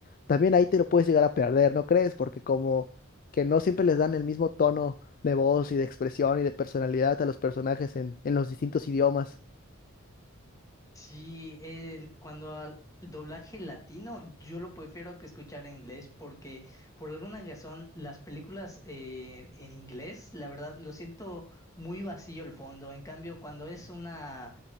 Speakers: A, on the left (about 45°); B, on the left (about 15°).
A: también ahí te lo puedes llegar a perder, ¿no crees? Porque como que no siempre les dan el mismo tono de voz y de expresión y de personalidad a los personajes en, en los distintos idiomas.
B: Sí, el- cuando al doblaje latino, yo lo prefiero que escuchar en inglés porque por alguna razón las películas eh, en inglés, la verdad, lo siento muy vacío el fondo. En cambio, cuando es una